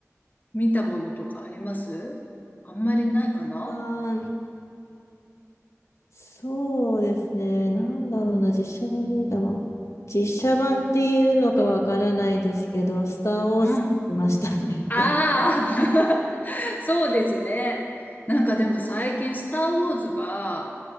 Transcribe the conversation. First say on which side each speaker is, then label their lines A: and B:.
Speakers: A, on the left; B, on the left.
A: 見たものとかありますあんまりないかな
B: あーそうですね。なんだろうな、実写版で見たの。実写版って言えるのかわからないですけど、スター・ウォーズ見ましたね。
A: うん。ああ
B: <laughs>
A: <laughs> <laughs> そうですね。なんかでも最近、スター・ウォーズが、